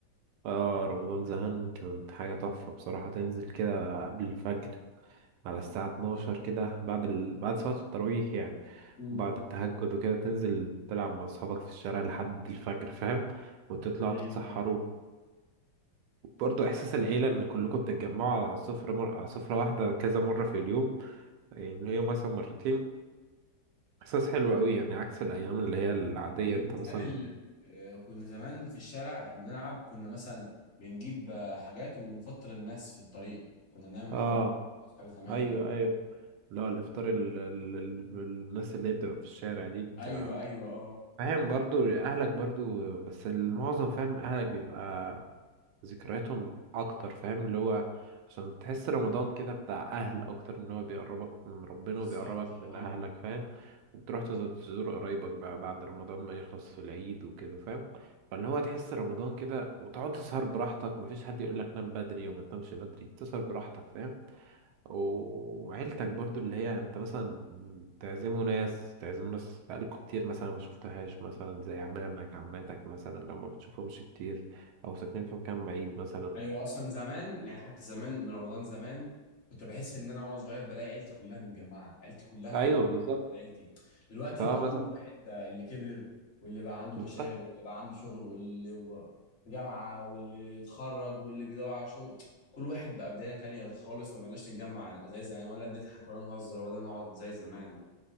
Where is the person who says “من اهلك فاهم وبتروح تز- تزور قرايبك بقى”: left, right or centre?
Right